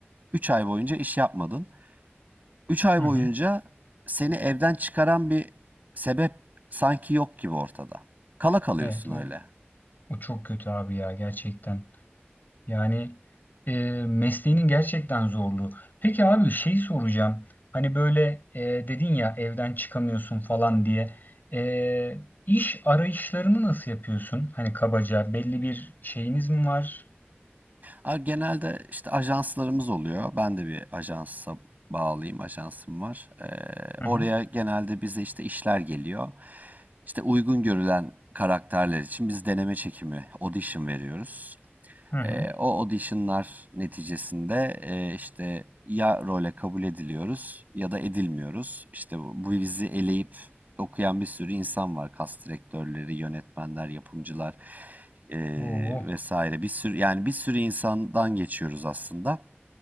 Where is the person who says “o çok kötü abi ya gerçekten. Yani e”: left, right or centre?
Left